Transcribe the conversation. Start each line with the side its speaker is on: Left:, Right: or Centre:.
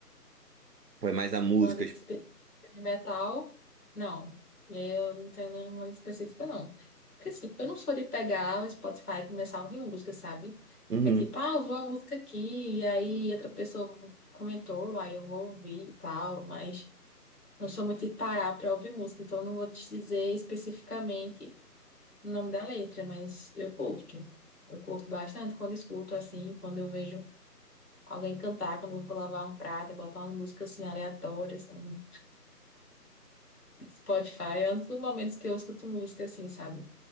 Right: Ou é mais a música?
Left: Banda específica
Right: tipo?
Left: de metal? Não. Eu não tenho nenhuma específica, não. Porque assim, eu não sou de pegar o Spotify e começar a ouvir uma música, sabe?
Right: Uhum,
Left: É tipo, ah, eu vou uma música aqui, e aí outra pessoa comentou, aí eu vou ouvir e tal, mas não sou muito de parar pra ouvir música, então eu não vou te dizer especificamente. o nome da letra, mas eu curto. Eu curto bastante quando escuto assim, quando eu vejo alguém cantar, quando eu vou lavar um prato, eu botar umas músicas assim aleatórias no Spotify, é um dos momentos que eu escuto música assim, sabe?